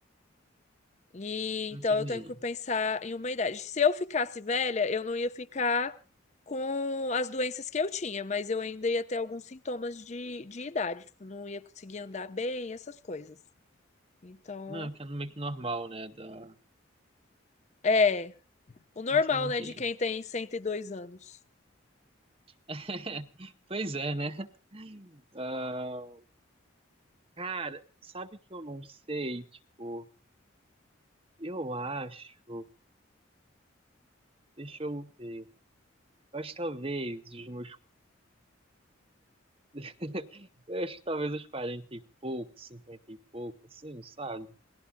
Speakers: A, on the left (about 35°); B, on the right (about 25°).
A: E
B: Entendi.
A: então eu tenho que pensar em uma idade. Se eu ficasse velha, eu não ia ficar com as doenças que eu tinha, mas eu ainda ia ter alguns sintomas de, de idade, tipo, não ia conseguir andar bem, essas coisas. Então,
B: Não, é que é meio que normal, né? Da...
A: é o normal,
B: Entendi.
A: né, de quem tem 102 anos.
B: <laughs> Pois é, né? Ah, Cara, sabe que eu não sei? Tipo, eu acho. Deixa eu ver. Eu acho que talvez os meus. <laughs> Eu acho que talvez os 40 e pouco, 50 e pouco, assim, sabe?